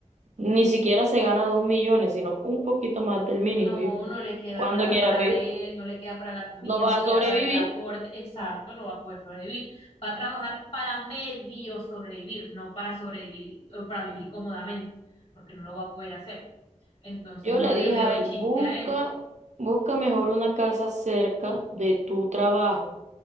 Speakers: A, on the right (about 65°); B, on the left (about 50°).
A: Ni siquiera se gana dos millones, sino un poquito más del mínimo.
B: no,
A: Yo,
B: no le queda
A: cuando
B: nada
A: quiera,
B: para
A: pe-
B: él, no le queda para la comida,
A: no vas
B: no le
A: a
B: queda
A: sobrevivir.
B: para el transporte, exacto, no va a poder sobrevivir. Va a trabajar para medio sobrevivir, no para sobrevivir, para vivir cómodamente, porque no lo va a poder hacer. Entonces
A: Yo
B: no
A: le
B: le
A: dije
B: veo
A: a
B: el
A: él,
B: chiste
A: busca,
B: a eso.
A: busca mejor una casa cerca de tu trabajo.